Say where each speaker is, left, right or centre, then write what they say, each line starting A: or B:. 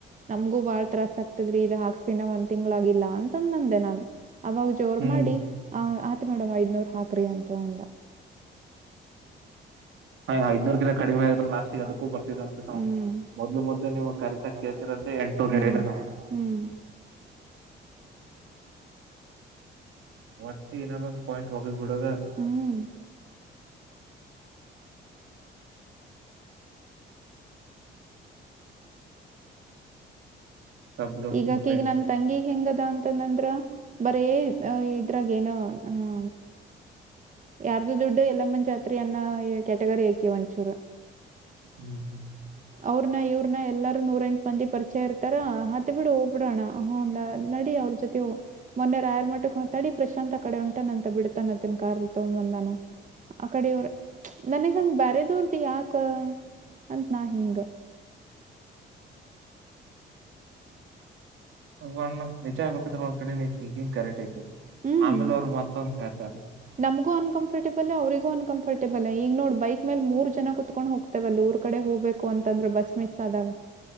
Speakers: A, on the right (about 40°); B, on the right (about 75°).
A: ನಮ್ಗೂ ಬಾಳ್ ತ್ರಾಸ್ ಆಗ್ತದ್ರೀ ಇದ ಹಾಕ್ಸಿನ್ನ ಒಂದ್ ತಿಂಗಳಾಗಿಲ್ಲ ಅಂತಂದಂದೆ ನಾನು. ಅವಾಗ ಜೋರ್
B: ಹ್ಮ್
A: ಮಾಡಿ ಆ ಅ ತು ಮೇಡಮ್ ಐದ್ನೂರ್ ಹಾಕ್ರಿ ಅಂತ ಅಂದ. ಹುಂ
B: ಹ ಐದ್ನೂರ್ಕಿಂತ ಕಡಿಮೆ ಆದ್ರ ಲಾಸ್ಟಿಗೆ ಅದಕ್ಕೂ ಬರ್ತಿದ ಅಂತ ನಾವು ಮೊದ್ಲು ಮೊದ್ಲು ನೀವು ಕರೆಕ್ಟಾಗಿ
A: ಹುಂ
B: ಕೇಳ್ತಿರಂತೆ ಎಂಟ್ನೂರ್ ಹೇಳಿದ ನಾವ ಒಟ್ಟು ಏನಾದೊಂದು ಪಾಯಿಂಟ್ ಒಗದ್ಬಿಡದ.
A: ಹ್ಞೂ
B: ಸಬ್ ಲೋಕ್
A: ಈಗಾಕಿಗ್
B: ಡಿಫ್ರೆಂಟ್
A: ನನ್ ತಂಗಿಗ್ ಹೆಂಗದ ಅಂ ತನಂದ್ರ ಬರೇ ಇದ್ರಾಗ ಏನು ಹ ಯಾರ್ದು ದುಡ್ಡು ಎಲ್ಲಮ್ಮ ಜಾತ್ರಿ ಅನ್ನೊ ಕ್ಯಾಟಗರಿ ಆಕಿ ಒಂಚೂರು.
B: ಹ್ಮ್ ಹ್ಮ್
A: ಅವ್ರ್ನ ಇವ್ರ್ನ ಎಲ್ಲಾರೂ ನೂರೆಂಟ್ ಮಂದಿ ಪರಿಚಯ ಇರ್ತಾರ ಹತ್ ಬಿಡು ಹೋಗ್ಬಿಡೋಣ ಹಂ ದ ನಡಿ ಅವ್ರ ಜೊತೆ ಮೊನ್ನೆ ರಾಯರ್ ಮಟ್ಟಕ್ ಹೊ ತಡಿ ಪ್ರಶಾಂತ್ ಆ ಕಡೆ ಹೊಂಟಾನಂತೆ ಬಿಡ್ತಾನ ಆತನ್ ಕಾರ್ಲ್ ತೊಗಂಬಂದಾನ ಆ ಕಡೆ ಇವ್ರ್ ನನಗ್ ಹಂಗ ಬಾರೆದವಲ್ದು ಯಾಕ. ಅಂತನಾಹಿಂಗ್.
B: ಹ್ಮ್ ನಿಜ ಹೇಳ್ಬೇಕಂದ್ರೆ ಒಂದ್ ಕಡೆ ನೀನ್ ಥಿಂಕಿಂಗ್ ಕರೆಕ್ಟ್ ಐತಿ
A: ಹುಂ
B: ಆಮೇಲೆ ಅವ್ರು ಮತ್ತೊಂದ ಹೇಳ್ತಾರ
A: ನಮಗೂ ಅನ್ಕಂಫರ್ಟೆಬಲು ಅವ್ರ್ಗೂ ಅನ್ಕಂರ್ಟೆ ಬಲ್ಲ್ ಈಗ್ನೋಡ್ ಬೈಕ್ ಮೇಲೆ ಮೂರ್ ಜನ ಕುತ್ಕೊಂಡ್ ಹೋಗ್ತೇವಲ್ಲ ಊರ್ ಕಡೆ ಹೋಗ್ಬೇಕು ಅಂತ ಅಂದ್ರೆ ಬಸ್ ಮಿಸ್ ಆದಾಗ